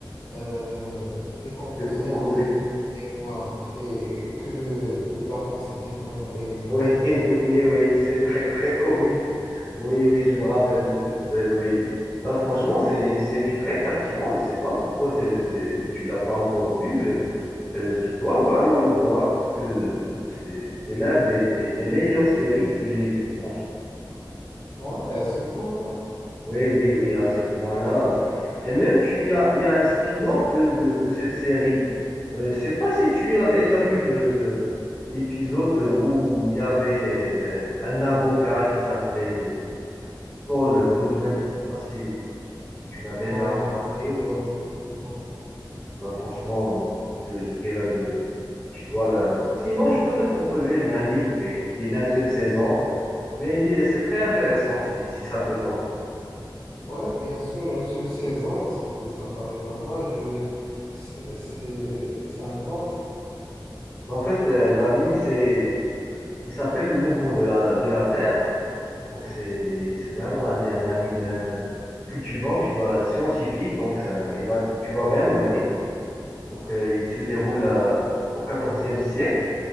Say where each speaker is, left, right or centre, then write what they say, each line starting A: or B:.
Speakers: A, on the left; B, on the left.
A: euh, décomposer
B: décomposé.
A: un corps dans une noire et que le, le plafond s'est effondré et tout
B: Oui,
A: ça.
B: <laughs> oui, oui, une scène très, très comique. Oui, oui, je me
A: Ouais.
B: rappelle de cette scène, oui. Bah, franchement, c'est une série très captivante. Je sais pas pourquoi c'est, c'est- tu l'as pas encore vue. mais, euh, tu dois vraiment le voir parce que c'est, c'est l'un des, des, des meilleures séries que j'ai vues, franchement.
A: Ah ouais, à ce point-là.
B: Oui, oui, oui, à ce point-là. Et même, tu y as, il y a un spin-off de, de, de cette série. Euh, je sais pas si tu as déjà vu le, le- l'épisode où il y avait le- un avocat qui s'appelait Saul Goodman. Je sais pas si, si, si tu l'as
A: Non,
B: déjà remarqué
A: non, je l'ai
B: ou
A: pas
B: pas.
A: vu. Non.
B: Ben, franchement, que je dirais de, tu dois la, la... Sinon, je peux te proposer un anime qui, qui est d'un seul saison, mais il est- c'est très intéressant si, si ça te tente.
A: Ouais, bien sûr, une seule saison, ça, ça me paraît pas mal. Je vais- c'est, c'est- ça me tente.
B: En fait, le- l'anime, c'est Il s'appelle Le Mouvement de la, de la Terre. Donc, c'est, c'est vraiment un, un anime euh, cultivant, tu vas, scientifique, donc ça- il va, tu vas vraiment aimer. Donc, euh, il se déroule à- au quatorzième siècle.